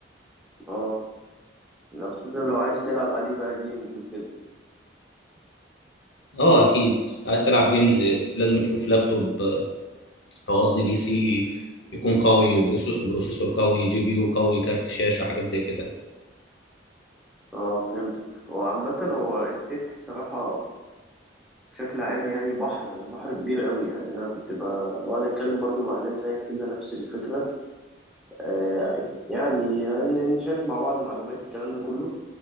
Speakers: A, in the centre; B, on the left (about 70°).
A: اه لو خصوصا لو عايز تلعب عليه بقى جيمز وكده
B: أه أكيد عايز تلعب جيمز لازم تشوف لابتوب آه، أو قصدي بي سي يكون قوي بروس- بروسيسور قوي جي بي يو قوي كارت شاشة حاجات زي كده
A: اه فهمتك هو عامة هو التك الصراحة بشكل عام يعني بحر بحر كبير قوي يعني انا كنت ب- بقعد اتكلم برضو مع ناس زيك كده نفس الفكرة آه يعني يعني نشارك مع بعض معلومات الكلام ده كله